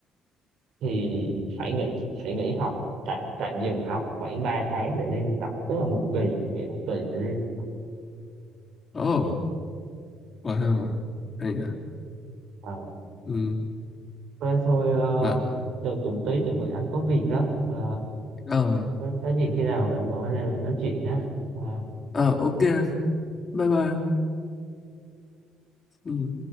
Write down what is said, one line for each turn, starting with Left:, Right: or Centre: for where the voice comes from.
Right: thì phải nghỉ phải nghỉ học tạm tạm dừng học khoảng 3 tháng để đi thực tập tức là một kỳ nghỉ một kỳ để đi
Left: ồ wow hay à
Right: à,
Left: ừ.
Right: thế thôi ờ,
Left: mà
Right: đợi tụi tí chuẩn bị anh có việc á à,
Left: ờ,
Right: có có gì khi nào rảnh gọi anh em để nói chuyện á Ờ,
Left: Ờ ok, bye bye. Ừ.